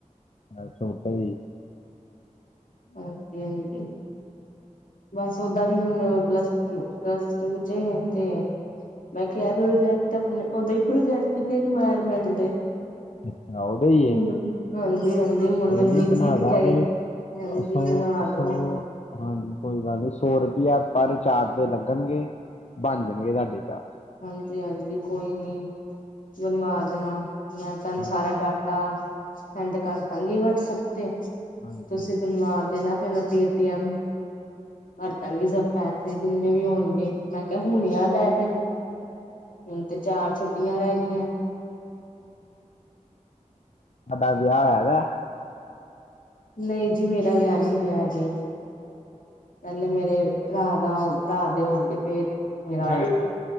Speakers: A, on the left (about 55°); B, on the left (about 85°).
A: ਮੈ ਛੋਟੇ ਜਿ <inaudible>
B: ਹਾਂਜੀ ਹਾਂਜੀ ਬਸ ਓਦਾਂ ਵੀ ਹੁਣ ਪਲੱਸ ਟੂ ਪਲੱਸ ਟੂ ਇਚ ਤੇ ਮੈਂ ਕਿਹਾ ਰਿਜੈਕਟ ਆਪਨੇ ਉਦੋਂ ਹੀ ਪ੍ਰੋਜੈਕਟ ਨੇ ਇਨਵਾਅਰਮੈਂਟ ਦੇ
A: ਅੱਛਾ ਉਹਦੇ ਹੀ
B: ਹੁਣ,
A: ਹੈ
B: ਹਾਂਜੀ-ਹਾਂਜੀ ਹੁਣ
A: ਕੋਈ
B: ਮੈਨ
A: ਨੀ
B: ਦੀਦੀ-ਦੀਦੀ
A: ਬਣਾ ਦਾਂਗੇ
B: ਕਹਿ ਕੇ ਹਾਂਜੀ,
A: ਸੌ
B: ਬਨਾ
A: ਸੌ
B: ਦੋ
A: ਹਾਂਜੀ, ਕੋਈ ਗੱਲ ਨਹੀਂ, ਸੌ ਰੁਪਇਆ ਪਰ ਚਾਰਟ ਦੇ ਲੱਗਣਗੇ ਬਨ ਜਾਣਗੇ ਤੁਹਾਡੇ ਚਾਰਟ
B: ਹਾਂਜੀ- ਹਾਂਜੀ। ਕੋਈ ਨੀ, ਬਨਵਾ ਦੇਣਾ ਮੈਂ ਤੁਹਾਨੂੰ
A: ਹਾਂਜੀ
B: ਸਾਰਾ ਡਾਟਾ, ਸੈਂਡ ਕਰ ਦਾੰਗੀ ਵਟਸਪ ਤੇ,
A: ਹਾਂਜੀ
B: ਤੁਸੀਂ ਬਨਵਾ ਦੇਣਾ ਫਿਰ ਮੈਂ ਪੇ ਟੀ ਐਮ ਕਰਦਾਂਗੇ ਸਭ ਪੈਸੇ ਜਿੰਨੇ ਵੀ ਹੋਨਗੇ, ਮੈਂ ਕਿਹਾ ਹੁਨ ਯਾਦ ਆਯਾ ਤੈਨੂੰ ਹੁਨ ਤੇ ਚਾਰ ਛੁੱਟੀਆਂ ਰਹਿ ਗਈਆਂ
A: ਤੁਹਾਡਾ ਵਿਆਹ ਹੋਇਆ ਦਾ
B: ਨਹੀਂ ਜੀ ਮੇਰਾ ਵਿਆਹ ਨਹੀ ਹੋਇਆ ਅਜੇ ਪਹਿਲੇ ਮੇਰੇ, ਪਰਾ ਦਾ ਪਰਾ ਦੇ ਹੋਨਗੇ ਫੇਰ ਮੇਰਾ